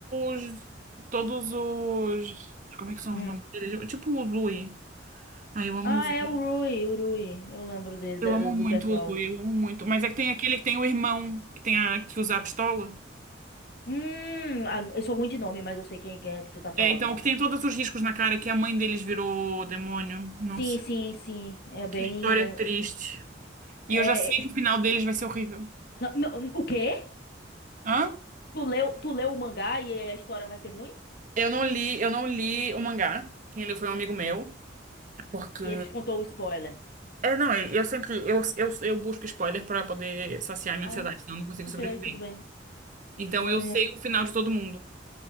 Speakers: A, on the right; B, on the left.
A: os todos os como é que são
B: hum.
A: os nomes deles? Tipo o Zui. Ai, eu amo
B: Ah,
A: o Zui.
B: é o Rui, o Rui. Eu lembro dele, da-
A: Eu amo
B: do
A: muito
B: pessoal.
A: o Zui, eu amo muito. Mas é que tem aquele que tem o irmão que tem a que usa a pistola.
B: Hum, ah, eu sou ruim de nome, mas eu sei quem, quem é que tu tá falando.
A: É, então, o que tem todos os riscos na cara, é que a mãe deles virou demônio. Nossa,
B: Sim, sim, sim. É bem.
A: que história
B: É,
A: triste.
B: é-
A: E eu já sei que o final deles vai ser horrível.
B: não- não, o quê?
A: Hã?
B: Tu leu, tu leu o mangá e a história vai ser ruim?
A: Eu não li, eu não li o mangá. Quem leu foi um amigo meu, porque
B: E ele te contou o spoiler.
A: é, não, eu eu sempre eu, eu, eu busco spoiler para poder saciar minha
B: Ah,
A: ansiedade, senão eu não consigo
B: ok,
A: sobreviver.
B: tudo bem.
A: Então
B: Né?
A: eu sei o final de todo mundo.